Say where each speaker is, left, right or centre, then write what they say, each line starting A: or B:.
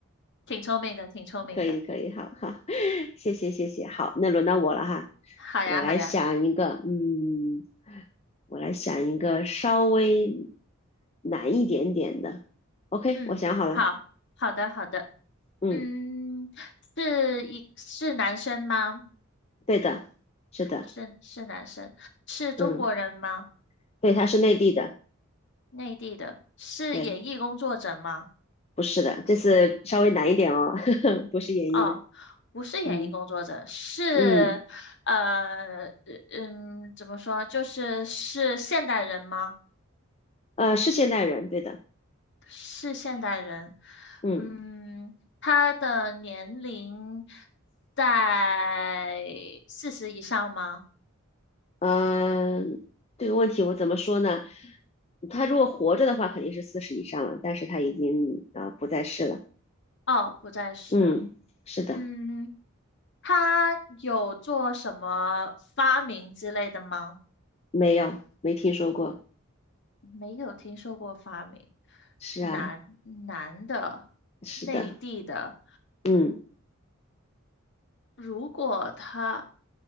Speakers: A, on the left; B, on the left.
A: 挺聪明的，挺聪明的。
B: 可以，可以，好好，<laughs> 谢谢，谢谢。好，那轮到我了哈，
A: 好呀，
B: 我来想一个，
A: 好呀，
B: 嗯，我来想一个稍微难一点点的。OK，
A: 嗯，
B: 我想好了，
A: 好，好的，好的，
B: 嗯，
A: 嗯，是一是男生吗？
B: 对的，是的，
A: 是是男生，是中国人吗？
B: 嗯，对，他是内地的，
A: 内地的，是演艺工作者吗？
B: 对，不是的，这次稍微难一点哦，<laughs> 不是演绎的，
A: 哦，不是演艺工作者，
B: 嗯
A: 是，
B: 嗯，
A: 呃，呃嗯，怎么说？就是是现代人吗？
B: 呃，是现代人，对的，
A: 是现代人。
B: 嗯
A: 嗯，他的年龄在四十以上吗？
B: 呃，这个问题我怎么说呢？他如果活着的话，肯定是四十以上了，但是他已经呃不在世了，
A: 哦，不再是了。
B: 嗯，是的，
A: 嗯，他有做什么发明之类的吗？
B: 没有，没听说过，
A: 没有听说过发明，
B: 是啊，
A: 男男的，
B: 是的，
A: 内地的，
B: 嗯，
A: 如果他，